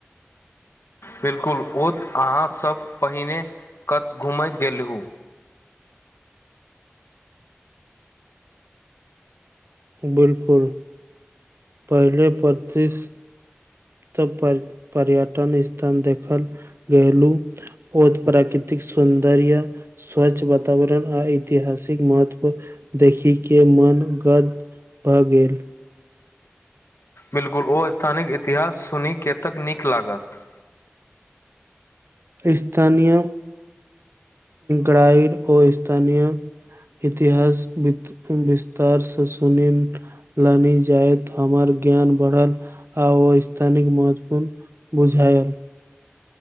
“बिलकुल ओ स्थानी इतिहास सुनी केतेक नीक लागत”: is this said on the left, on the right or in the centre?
Left